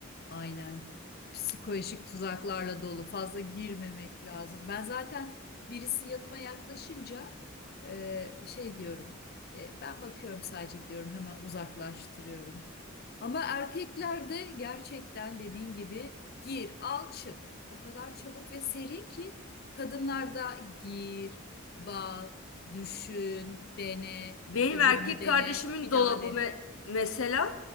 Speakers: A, on the left; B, on the left.
A: Aynen. Psikolojik tuzaklarla dolu. Fazla girmemek lazım. Ben zaten birisi yanıma yaklaşınca e, şey diyorum. e, ben bakıyorum sadece diyorum. Hemen uzaklaştırıyorum. Ama erkeklerde gerçekten dediğin gibi gir, al, çık. O kadar çabuk ve seri ki kadınlarda gir, bak, düşün, dene,
B: Benim
A: öbürünü
B: erkek
A: dene,
B: kardeşimin
A: bir
B: dolabı
A: daha dene.
B: me- mesela